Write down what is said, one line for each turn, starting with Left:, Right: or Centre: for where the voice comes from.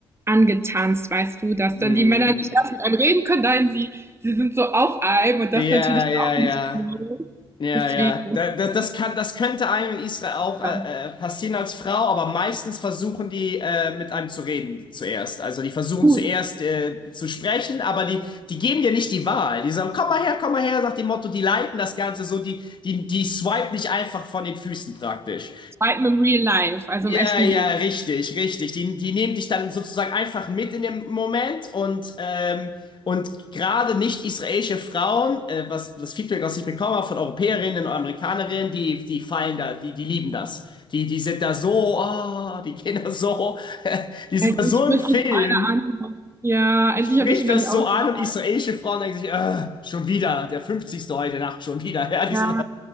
Right: angetanzt, weißt du, dass
Left: Mhm.
Right: dann die Männer nicht erst mit einem reden können, nein, sie, sie sind so auf einem und das
Left: Ja,
Right: natürlich
Left: ja,
Right: auch
Left: ja.
Right: nicht so.
Left: Ja,
Right: Deswegen
Left: ja.
Right: ist
Left: Da, da,
Right: es
Left: das kann, das könnte einem in Israel auch äh,
Right: dann
Left: äh, passieren als Frau, aber meistens versuchen die äh, mit einem zu reden zuerst. Also die versuchen
Right: gut.
Left: zuerst äh, zu sprechen, aber die, die geben dir nicht die Wahl. Die sagen, komm mal her, komm mal her, sagt dem Motto, die leiten das Ganze so, die, die, die swipen dich einfach von den Füßen praktisch.
Right: Zweitens im Real Life, also
Left: Ja,
Right: im echten
Left: ja,
Right: Leben.
Left: richtig, richtig. Die, die nehmen dich dann sozusagen einfach mit in dem Moment und, ähm, und gerade nicht israelische Frauen, äh, was das Feedback, was ich bekommen habe von Europäerinnen und Amerikanerinnen, die, die fallen da, die, die lieben das. Die, die sind da so, ah, die gehen da so, <laughs> die sind
Right: Endlich
Left: da so
Right: spricht
Left: im Film.
Right: dich mal einer an. Ja,
Left: Ich
Right: endlich
Left: spricht
Right: habe ich immer
Left: das
Right: die Auswahl.
Left: so an und israelische Frauen denken sich, ah, schon wieder, der fünfzigste heute Nacht schon wieder. <laughs> Ja, die
Right: Ja.
Left: sind,